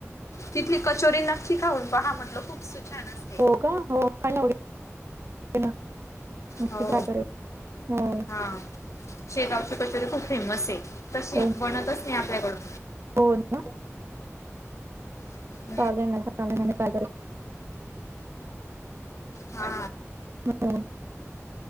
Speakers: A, on the left; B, on the right.
A: तिथली कचोरी नक्की खाऊन पहा म्हटलं. खूप स छान असते.
B: हो, का? हो. खाईन नं. <unintelligible> नक्की
A: हो
B: ट्राय करेन. हो.
A: हा शेगावची कचोरी खूप फेमस आहे. तशी
B: हो
A: बनतच नाही आपल्याकडून.
B: हो ना.
A: <unintelligible>
B: चालेल ना. चालेल कालपर्यंत
A: हा
B: हो